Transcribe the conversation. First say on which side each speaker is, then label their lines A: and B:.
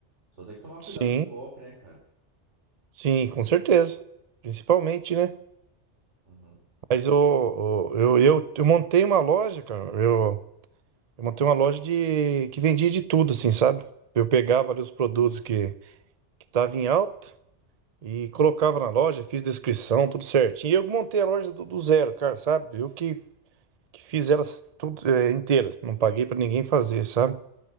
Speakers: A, on the right; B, on the right.
A: Só tem que tomar
B: Sim,
A: cuidado com o golpe, né, cara?
B: sim, com certeza. Principalmente, né?
A: Uhum.
B: Mas o- eu, eu, eu montei uma loja, cara. Eu, Eu montei uma loja de que vendia de tudo, assim, sabe? Eu pegava ali os produtos que que tava em alta e colocava na loja, fiz descrição, tudo certinho. E eu montei a loja do, do zero, cara, sabe? Eu que, que fiz elas tudo é, inteira, não paguei pra ninguém fazer, sabe?